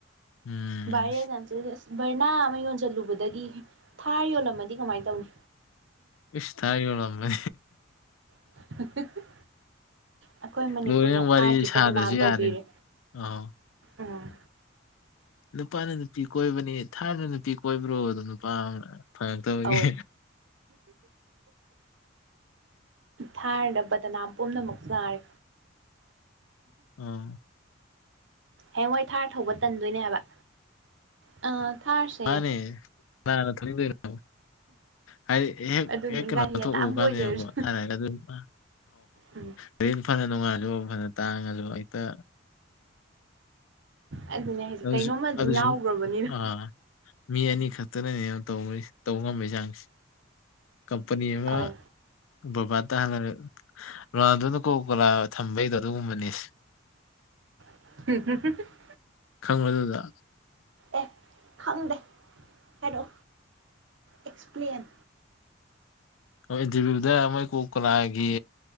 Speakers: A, on the left (about 75°); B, on the right (about 60°).
A: ꯎꯝ
B: ꯚꯥꯏꯔ‌ꯦꯟ ꯃꯌꯥꯝ ꯆꯠ ꯑꯁ ꯕꯔꯅꯥ ꯑꯃ ꯌꯣꯟꯁꯤꯜꯂꯨꯕꯗꯒꯤ ꯊꯥꯔ ꯌꯣꯜꯂꯝꯃꯗꯤ ꯀꯃꯥꯏꯅ ꯇꯧꯅꯤ꯫
A: ꯏꯁ ꯇꯥꯏ ꯌ‌ꯣꯜꯂꯝꯃꯦ꯫
B: <inaudible> ꯑꯩꯈꯣꯏ ꯃꯅꯤꯄꯨꯔꯅ
A: ꯂꯣꯏꯪ ꯋꯥꯔꯤ
B: ꯊꯥꯔꯁꯦ
A: ꯁꯥꯗ꯭ꯔꯁꯨ
B: ꯕꯗꯅꯥꯝ ꯇꯧꯕꯤꯔꯦ
A: ꯌꯥꯔꯦ ꯑ‌ꯣ
B: ꯎꯝ
A: ꯅꯨꯄꯥꯅ ꯅꯨꯄꯤ ꯀꯣꯏꯕꯅꯤ ꯊꯥꯗ ꯅꯨꯄꯤ ꯀꯣꯏꯕ꯭ꯔꯣ ꯑꯗꯨꯝ ꯅꯨꯄꯥ ꯑꯃ ꯐꯉꯛꯇꯕꯒꯤ꯫
B: ꯑꯧ ꯊꯥꯔꯗ ꯕꯗꯅꯥꯝ ꯄꯨꯝꯅꯃꯛ ꯆꯥꯔꯦ
A: ꯑꯥ
B: ꯍꯌꯦꯋꯥꯣꯏ ꯊꯥꯔ ꯊꯧꯕ ꯇꯟꯗꯣꯏꯅꯦꯕ ꯑ ꯊꯥꯔꯁ
A: ꯃꯥꯅꯦ ꯀꯅꯥꯅ ꯊꯧꯅꯤꯡꯗ‌ꯣꯏꯅ‌‌ꯣꯕ ꯍꯥꯏꯗꯤ ꯍꯦꯛ
B: ꯑꯗꯨꯅꯦ
A: ꯍꯦꯛ ꯀꯩꯅꯣ
B: ꯒꯥꯔꯤ
A: ꯊꯣꯛꯎ
B: ꯑꯇꯥꯡꯕ
A: ꯀꯥꯟꯅꯦꯕꯀꯣ
B: ꯑꯣꯏꯖꯔꯁꯨ
A: ꯊꯔꯒ ꯑꯗꯨ ꯑ
B: ꯎꯝ
A: ꯇꯦꯟ ꯐꯅ ꯅꯨꯡꯉꯥꯜꯂꯨ ꯐꯅ ꯇꯥꯡꯉꯁꯨ ꯍꯦꯛꯇ
B: ꯑꯗꯨꯅꯦ ꯍꯥꯏꯁꯦ
A: ꯑ
B: ꯀꯩꯅꯣꯝꯃ ꯑꯗꯨꯝ
A: ꯑꯁꯨ
B: ꯌꯥꯎꯈ꯭ꯔꯕꯅꯤꯅ
A: ꯑꯥ ꯃꯤ ꯑꯅꯤ ꯈꯛꯇꯅꯅꯦ ꯇꯧ ꯇꯧꯕ ꯉꯝꯕꯒꯤ ꯆꯥꯡꯁꯦ꯫ ꯀꯝꯄꯅꯤ ꯑꯃ
B: ꯑꯧ
A: ꯕꯣꯕꯥꯠꯇ ꯍꯪꯉꯔꯦ ꯔꯣꯅꯥꯜꯗꯨꯣꯅ ꯀꯣꯀꯣꯂꯥ ꯊꯝꯕꯩꯗꯣ ꯑꯗꯨꯒꯨꯝꯕꯅꯤ꯫
B: <unintelligible>
A: ꯈꯪꯕꯗꯨꯗ
B: ꯑꯦ ꯈꯪꯗꯦ ꯀꯩꯅꯣ ꯑꯦꯛꯁꯄ꯭ꯂꯦꯟ꯫
A: ꯑꯃꯥ <unintelligible> ꯃꯣꯏ ꯀꯣꯛ ꯀ‌ꯣꯂꯥꯒꯤ꯫